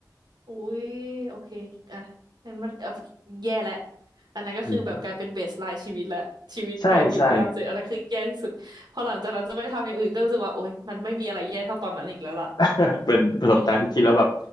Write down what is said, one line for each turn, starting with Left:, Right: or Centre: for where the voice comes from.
Right: อุ้ยโอเค อ่ะงั้นมันอ่ะแย่แล้วอันนั้นก็คือแบบกลายเป็นเบสไลน์ชีวิตและ
Left: yeah.
Right: ชีวิตตอนอยู่ฝรั่งเศสอันนั้นคือแย่ที่สุดพอหลังจากนั้นจะไม่ทำอย่างอื่นก็รู้สึกว่าโอ๊ย
Left: ใช่ใช่
Right: มันไม่มีอะไรแย่เท่าตอนนั้นอีกแล้วล่ะ
Left: <laughs> เป็นประสบการณ์ที่คิดแล้วแบบ
Right: อืม